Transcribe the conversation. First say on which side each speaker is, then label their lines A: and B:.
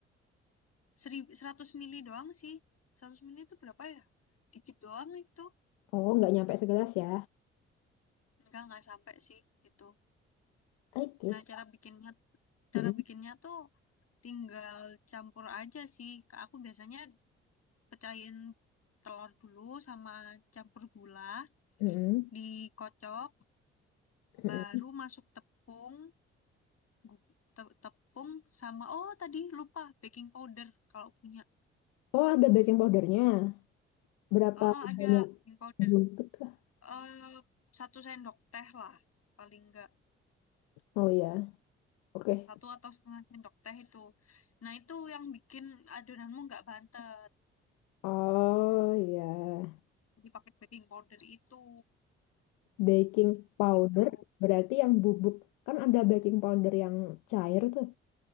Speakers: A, on the left; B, on the left.
A: Serib, seratus mili doang sih. seratus mili itu berapa ya? Dikit doang itu.
B: Oh, nggak nyampe segelas ya.
A: Enggak, nggak sampai sih itu.
B: Oke.
A: Nah, cara bikinnya cara
B: Mm-mm.
A: bikinnya tuh tinggal campur aja sih. Ke- Aku biasanya pecahin telur dulu sama campur gula,
B: Mm-mm.
A: dikocok,
B: Mm-mm.
A: baru masuk tepung, gu- te- tepung sama oh tadi lupa baking powder kalau punya.
B: Oh, ada baking powdernya. Berapa
A: Oh, oh, ada
B: banyak
A: baking powder.
B: bungkus lah?
A: Eh, satu sendok teh lah paling enggak.
B: Oh ya, oke.
A: satu atau setengah sendok teh itu. Nah, itu yang bikin adonanmu nggak bantet.
B: Oh ya,
A: Dipakai baking powder itu,
B: baking powder
A: gitu.
B: berarti yang bubuk. Kan ada baking powder yang cair tuh,